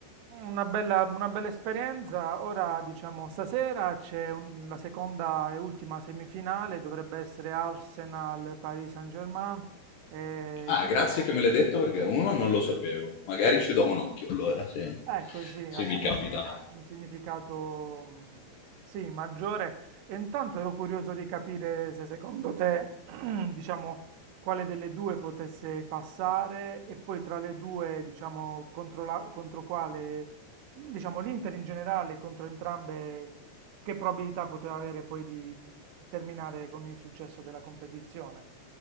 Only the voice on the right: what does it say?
una bella, una bella esperienza. Ora, diciamo, stasera c'è un- la seconda e ultima semifinale, dovrebbe essere Arsenal-Paris Saint-Germain. E
tutto...
<laughs>
È così,
assume
un significato mm, sì, maggiore. E intanto ero curioso di capire se secondo te, <clears throat> diciamo, quale delle due potesse passare e poi tra le due, diciamo, contro, la- contro quale, diciamo, l'Inter in generale, contro entrambe, che probabilità poteva avere poi di di terminare con il successo della competizione?